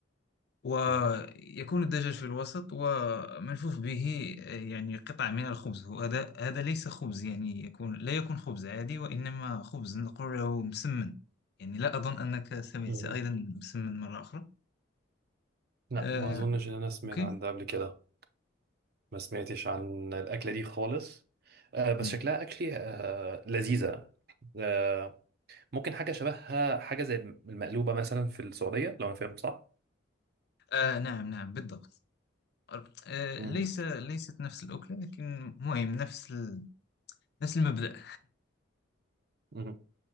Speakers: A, on the left; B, on the right.
A: ويكون
B: مهم.
A: الدجاج في الوسط وملفوف به يعني قطع من الخبز وهذا هذا ليس خبز يعني يكون لا يكون خبز عادي وإنما خبز نقول له مسمن يعني لا أظن أنك سمعت
B: مهم.
A: أيضا مسمن مرة أخرى
B: لا
A: آه،
B: ما اظنش ان انا سمعت
A: أوكي
B: عن ده قبل كده ما سمعتش عن الاكله دي خالص آه بس
A: مم.
B: شكلها اكلي آه لذيذه آه ممكن حاجه شبهها حاجه زي المقلوبه مثلا في السعوديه لو انا فاهم صح
A: آه، نعم نعم بالضبط آه،
B: مهم.
A: ليس ليست نفس الأكلة لكن مهم نفس ال... نفس المبدأ
B: مهم.